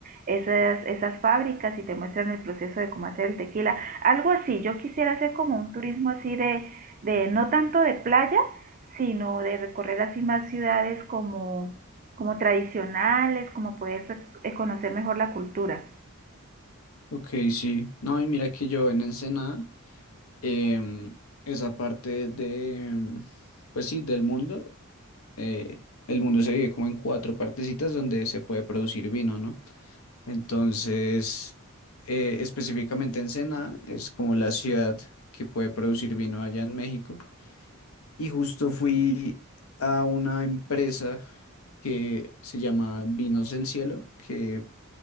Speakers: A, on the right; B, on the left.
A: esas, esas fábricas y te muestran el proceso de cómo hacer el tequila. Algo así, yo quisiera hacer como un turismo así de, de no tanto de playa, sino de recorrer así más ciudades como, como tradicionales, como poder eh, conocer mejor la cultura.
B: Ok, sí. No, y mira que yo en Ensenada. em, esa parte de, em, pues sí, del mundo, eh, el mundo se divide como en cuatro partecitas donde se puede producir vino, ¿no? Entonces, eh, específicamente Ensenada es como la ciudad que puede producir vino allá en México. Y justo fui a una empresa que se llama Vinos del Cielo, que